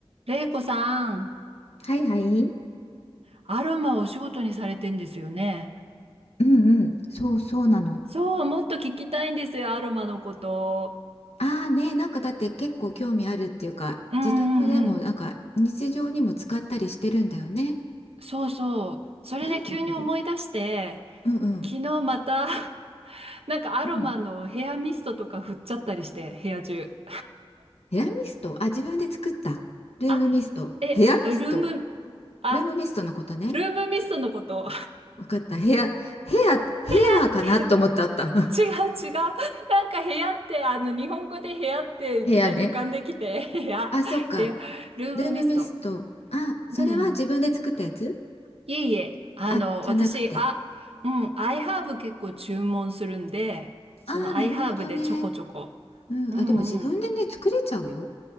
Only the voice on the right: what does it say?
れいこさん、
アロマをお仕事にされてんですよね。
そう、もっと聞きたいんですよ、アロマのこと。
うんうんうん。
そうそう。それで急に思い出して、
昨日また、<laughs> なんかアロマのヘアミストとか振っちゃったりして、
部屋中。
あ、え、
ルーム、あ、
ルームミストのこと。
<laughs> って違う違う。なんか部屋って、あの、日本語で部屋っていきなり浮かんできて、
部屋、
部屋、ルームミスト。
うん。いえいえ、あの、
私、あ、うん、アイハーブ結構注文するんで、そのアイハーブでちょこちょこ。
うんうん。